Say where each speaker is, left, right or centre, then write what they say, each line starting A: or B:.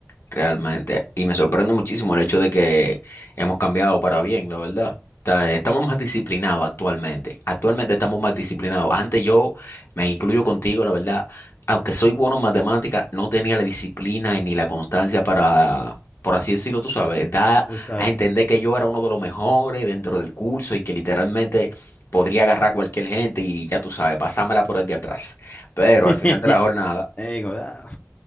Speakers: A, on the left (about 70°); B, on the left (about 35°).
A: Realmente. Y me sorprende muchísimo el hecho de que hemos cambiado para bien, la verdad. O Estamos más disciplinados actualmente. Actualmente estamos más disciplinados. Antes yo me incluyo contigo, la verdad. Aunque soy bueno en matemática, no tenía la disciplina y ni la constancia para, por así decirlo, tú sabes, da
B: Exacto.
A: a entender que yo era uno de los mejores dentro del curso y que literalmente podría agarrar a cualquier gente y ya tú sabes, pasármela por el de atrás. Pero
B: <laughs>
A: al final de la jornada
B: Ey, go- ah.